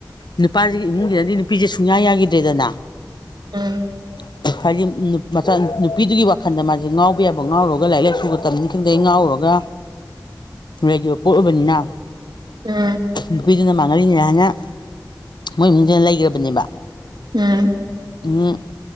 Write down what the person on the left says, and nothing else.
ꯅꯨꯄꯥꯖꯤꯒꯤ ꯏꯃꯨꯡꯖꯤꯗꯗꯤ ꯅꯨꯄꯤꯖꯦ ꯁꯨꯡꯌꯥ ꯌꯥꯒꯤꯗ꯭ꯔꯦꯗꯅꯥ
<unintelligible> ꯍꯥꯏꯗꯤ ꯅꯨꯞ ꯃꯆꯥ ꯅꯨꯞ ꯅꯨꯄꯤꯗꯨꯒꯤ ꯋꯥꯈꯟꯗ ꯃꯥꯖꯦ ꯉꯥꯎꯕ ꯌꯥꯕ ꯉꯥꯎꯔꯨꯔꯒ ꯂꯥꯏꯔꯤꯛ ꯂꯥꯏꯁꯨꯒ ꯇꯝꯅꯤ ꯈꯪꯗꯩ ꯉꯥꯎꯔꯨꯔꯒꯥ ꯂꯩꯒꯤꯕ ꯄꯣꯠ ꯑꯣꯏꯕꯅꯤꯅ
ꯅꯨꯄꯤꯗꯨꯅ ꯃꯥꯡꯍꯜꯂꯤꯅꯦ ꯍꯥꯏꯅ ꯃꯣꯏ ꯏꯃꯨꯡꯖꯤꯅ ꯂꯩꯒ꯭ꯔꯥꯕꯅꯦꯕ
ꯎꯝ